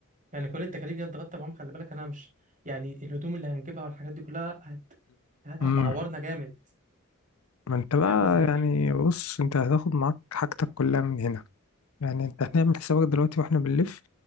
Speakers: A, on the right; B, on the left.
A: يعني كل التكاليف دي اتغطى معاهم خلي بالك انا مش يعني الهدوم اللي هنجيبها والحاجات دي كلها هت هت-
B: امم
A: هتعورنا جامد
B: ما انت بقى
A: فاهم قصدي
B: يعني
A: اكيد
B: بص انت هتاخد معاك حاجتك كلها من هنا يعني انت هنعمل حسابك دلوقتي واحنا بنلف